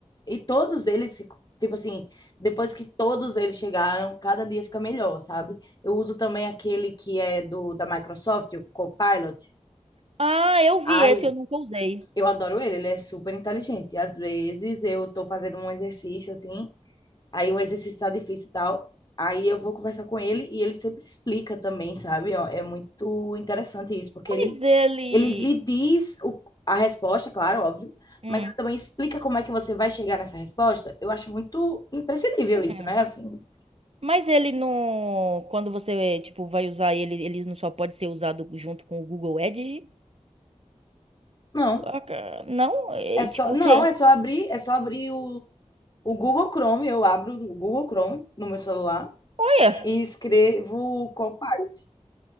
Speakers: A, on the left (about 35°); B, on the right (about 55°).
A: E todos eles ficam, tipo assim, depois que todos eles chegaram, cada dia fica melhor, sabe? Eu uso também aquele que é do da Microsoft, o Copilot.
B: Ah, eu
A: Ai,
B: vi esse, eu nunca usei.
A: Eu adoro ele, ele é super inteligente. Às vezes eu tô fazendo um exercício assim, aí o exercício tá difícil e tal, aí eu vou conversar com ele e ele sempre explica também, sabe? Ó, É muito interessante isso, porque
B: Mas
A: ele,
B: ele.
A: ele lhe diz o, a resposta, claro, óbvio,
B: Hum.
A: mas ele também explica como é que você vai chegar nessa resposta. Eu acho muito imprescindível
B: Hum.
A: isso, né? Assim,
B: Mas ele não. Quando você, tipo, vai usar ele, ele não só pode ser usado junto com o Google Edge?
A: não,
B: Ah, ca- Não? É,
A: é só,
B: tipo,
A: não,
B: você.
A: é só abrir, é só abrir o o Google Chrome, eu abro o Google Chrome no meu celular
B: Olha!
A: e escrevo Copilot.